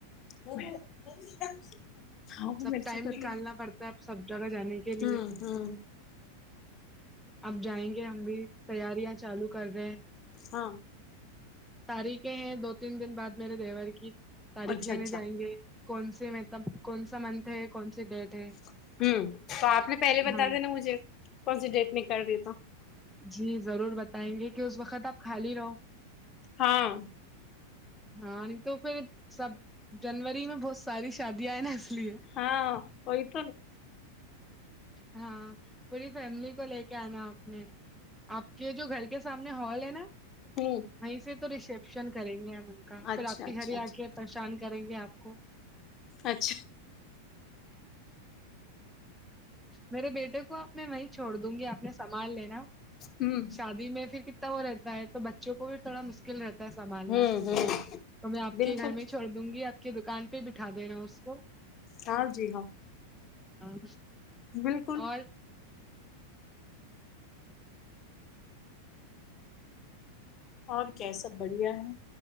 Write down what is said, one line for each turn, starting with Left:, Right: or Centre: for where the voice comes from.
Left: <unintelligible> ہاں وہ
Centre: سب
Left: میرے
Centre: ٹائم
Left: سے پہلے
Centre: نکالنا پڑتا ہے اب سب جگہ جانے کے
Left: ہاں
Centre: لیے
Left: ہاں
Centre: اب جائیں گے ہم بھی تیاریاں چالو کر رہے ہیں
Left: ہاں
Centre: تاریخیں ہیں دو تین دن بعد میرے دیور کی تاریخ
Left: اچھا
Centre: لینے
Left: اچھا
Centre: جائیں گے کون سی مطلب کون سا منتھ ہے کون سی ڈیٹ ہے
Left: ہوں تو آپ نے پہلے بتا
Centre: ہاں
Left: دینا مجھے کون سی ڈیٹ نکل کر رہی ہے تو
Centre: جی ضرور بتائیں گے کہ اس وقت آپ خالی رہو
Left: ہاں
Centre: ہاں نہیں تو پھر سب جنوری میں بہت ساری شادیاں آئے نا لیے
Left: ہاں وہی تو
Centre: ہاں پوری فیملی کو لے کے آنا اپنے آپ کے جو گھر کے سامنے ہال ہے نا
Left: ہوں
Centre: وہیں سے تو ریسپشن کریں گے ہم ان کا
Left: اچھا
Centre: پھر آپ کی
Left: اچھا
Centre: گھر
Left: اچھا
Centre: آ کے پریشان کریں گے آپ کو
Left: اچھا
Centre: میرے بیٹے کو آپ نے وہی چھوڑ دوں گی آپ نے سمبھال لینا
Left: ہوں
Centre: شادی میں پھر ک تا وہ رہتا ہے تو بچوں کو بھی تھوڑا مشکل رہتا ہے سنبھالنا
Left: ہوں ہوں
Centre: تو میں آپ
Left: بالکل
Centre: کے گھر میں چھوڑ دوں گی آپ کی دکان پہ بٹھا دینا اس کو
Left: ہاں جی ہاں
Centre: ہاں
Left: بالکل
Centre: اور
Left: اور کیا سب بڑھیا ہے